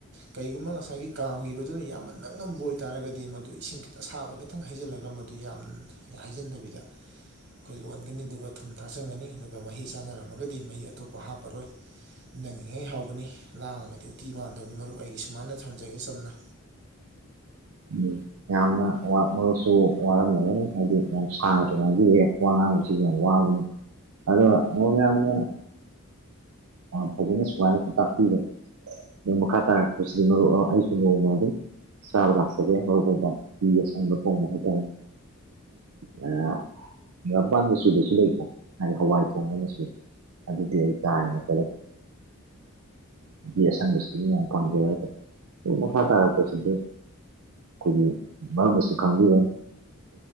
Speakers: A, on the right; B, on the right.
A: ꯀꯩꯒꯨꯝꯕ ꯉꯁꯥꯏꯒꯤ ꯀꯥꯝꯈꯤꯕꯗꯨꯅ ꯌꯥꯝꯅ ꯅꯪꯉꯝꯕ ꯑꯣꯏꯇꯥꯔꯒꯗꯤ ꯃꯗꯨ ꯏꯁꯤꯡ ꯈꯤ ꯑꯁꯥꯕ ꯈꯤꯇꯪ ꯍꯩꯖꯤꯜꯂꯒ ꯃꯗꯨ ꯌꯥꯝ ꯍꯥꯏꯖꯟꯗꯕꯤꯗ ꯑꯩꯈꯣꯏ ꯂꯣꯟꯒꯅꯤ ꯑꯗꯨꯒ ꯊꯨꯝ ꯊꯥꯖꯟꯒꯅꯤ ꯑꯗꯨꯒ ꯃꯍꯤ ꯆꯥꯅꯔꯝꯃꯒꯗꯤ ꯃꯍꯤ ꯑꯇꯣꯞꯄ ꯍꯥꯞꯑꯔꯣꯏ꯫ ꯅꯪꯉꯉꯩ ꯍꯥꯎꯕꯅꯤ ꯂꯥꯡꯉꯒꯗꯤ ꯎꯇꯤ ꯃꯥꯟꯗꯕꯅꯤ ꯃꯔꯨꯞ ꯑꯩꯒꯤ ꯁꯨꯃꯥꯏꯅ ꯊꯝ ꯖꯒꯦ ꯁꯝꯅ
B: ꯎꯝ ꯌꯥꯝꯅ ꯋꯥꯠꯅꯁꯨ ꯋꯥꯠꯔꯝꯒꯅꯤ ꯍꯥꯏꯗꯤ ꯌꯥꯝ ꯁꯥꯡꯅꯁꯨꯗꯤ ꯋꯥ ꯌꯥꯝ ꯋꯥꯕꯅꯤ ꯑꯗꯨꯒ ꯑꯃ ꯃꯌꯥꯝꯅ ꯑ ꯐꯖꯅ ꯁꯨꯃꯥꯏꯅꯁꯨ ꯇꯥꯛꯄꯤꯔꯦ‌꯫ ꯎꯝ ꯃꯈꯥ ꯇꯥꯔꯛꯄꯁꯤꯗꯤ ꯃꯔꯨꯞ ꯑꯩꯁꯨ ꯅꯣꯡꯃ ꯑꯗꯨꯝ ꯆꯥꯕ ꯂꯥꯛꯆꯒꯦ ꯍꯧꯔꯛ ꯐꯥꯎꯕ ꯎꯇꯤ ꯑꯁꯪꯕ ꯊꯣꯡꯕ ꯍꯥꯏꯇꯥꯔꯦ꯫ <inaudible> ꯃꯄꯥꯟ ꯃꯆꯨꯒꯁꯨ ꯂꯩꯀꯣ ꯍꯥꯏꯗꯤ ꯍꯋꯥꯏ ꯊꯣꯡꯕ ꯃꯆꯨ ꯑꯗꯨꯗꯤ ꯑꯩ ꯀꯥꯏꯅ꯫ <inaudible> ꯎꯇꯤ ꯑꯁꯪꯕꯁꯤ ꯃꯤꯅꯌꯥꯝ ꯄꯥꯞꯖꯩ ꯍꯥꯏꯇꯥꯔꯦ ꯃꯈꯥ ꯇꯥꯔꯛꯄꯁꯤꯗꯤ ꯑꯩꯈꯣꯏꯒꯤ ꯃꯔꯨꯞꯅꯁꯨ ꯈꯪꯕꯤꯔꯦ꯫